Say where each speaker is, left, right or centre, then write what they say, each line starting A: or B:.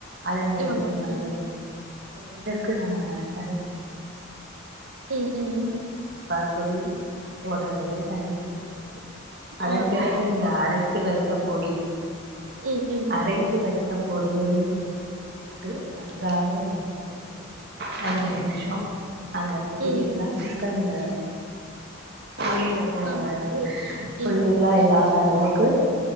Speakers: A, on the right; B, on the right.
A: அதன் பிறகு
B: ஆமா
A: மஞ்சத்தூள்
B: ம்
A: இதற்கு நாங்க <unintelligible> <unintelligible>
B: ம்
A: அரைத்து
B: ம்
A: வைத்த சாம்பார் தூள் போடுறதலை தனித்தூள் போட்டு அதன்
B: ஆ
A: பிறகு
B: ம்
A: இந்த அரை த்து வைத்த பொடி
B: ம் ம்
A: அரைத்து வைத்த பொடியயும் போட்டு போட்டு நன்றாக மிக்ஸ் பண்ணி வரு அஞ்சு நிமிஷம் அந்த பொடி
B: ம்
A: எல்லா சிக்கன்ல <unintelligible>
B: ஆமா ஓ ம்
A: வ வழக்கு